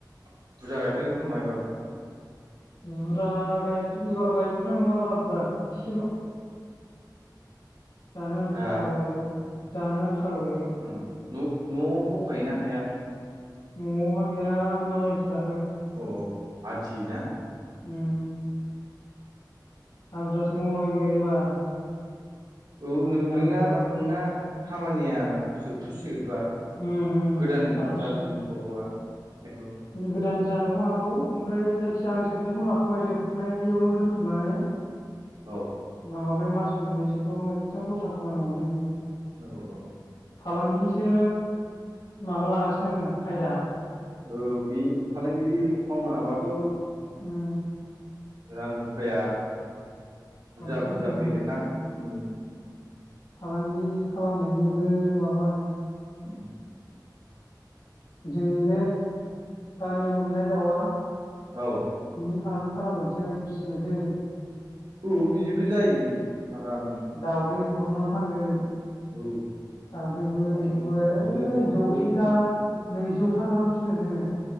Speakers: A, on the right (about 75°); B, on the left (about 80°).
A: बुरजा गायथारगोन खोमा एबार
B: बुरजा एबाराव गायथ'नाय नङा बारा बुरजा एसेल' जानो आन्था
A: हा
B: ल लगायगोन जानो आन्था लगायगोन
A: ओम न' न'आव दंखायोना हायाथ'?
B: न'आव हा गैया मालायनिसो लादों।
A: औ औ आदि ना?
B: ओम हाजदरासो मावलाबायगोन एबार <unintelligible>
A: औ
B: आलि
A: नों
B: दानलाबायनाय
A: नोंना -नोंना खामानिया जोबथ'सिगोनबा
B: उम उम
A: गोदान
B: थाथ'सिगोन
A: जाफिनथ'दवा बेथ'
B: गोदान जानोबो हागौ ओमफ्राय जायखिजाया आं जोबनायखौनो लाथ'बाय जोबनायावनो दोनथुमनानै
A: औ
B: नांगौबा बे मास मोननैसोखौ मोजां दस्रा खामानि मावनोसै
A: औ औ
B: फालांगिनिसो माबा लागासिनो आङो खायदा
A: औ बे फालांगिरि मावनी हाबाथ'
B: ओम
A: रां -रुफाया बुरजा-
B: बांसिन
A: बुरजा
B: फैयोना
A: फैगोन ना
B: उम
A: ओम
B: फालांगि खालामनायनिबो माबा
A: ओम
B: जोंनि बे गामियाव मोननाय दाउआ
A: औ
B: बिनि फालांगि खालामग्रोनोसै फिसिनोसै
A: औ बिजोंबो जायो आरामनो
B: दाावदै बरननानै फानगोन
A: औ
B: दावउदैबो
A: दावदै
B: बेखौबो ओइ
A: दावदै बरनदो
B: जौसेथा- नैजौथा गाहाम फिगोन जोङो